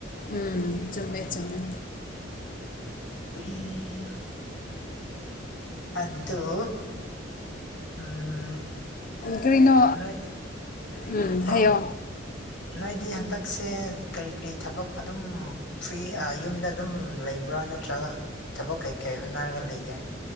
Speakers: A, on the left (about 45°); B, on the left (about 70°).
A: ꯎꯝ ꯆꯨꯝꯃꯦ ꯆꯨꯝꯃꯦ
B: ꯎꯝ ꯎꯝ ꯑꯗꯨꯗꯨ ꯎꯝ
A: ꯀꯔꯤꯩꯅꯣ
B: ꯅꯣꯏ
A: ꯎꯝ
B: ꯑꯣ
A: ꯍꯥꯏꯌꯣ
B: ꯅꯣꯏꯗꯤ ꯍꯟꯗꯛꯁꯦ ꯀꯔꯤ ꯀꯔꯤ ꯊꯕꯛ ꯑꯗꯨꯝ ꯐ꯭ꯔꯤ ꯌꯨꯝꯗ ꯑꯗꯨꯝ ꯂꯩꯕ꯭ꯔꯥ ꯅꯠꯇ꯭ꯔꯒ ꯊꯕꯛ ꯀꯩ ꯀꯩ ꯍꯣꯠꯅꯔꯒ ꯂꯩꯒꯦ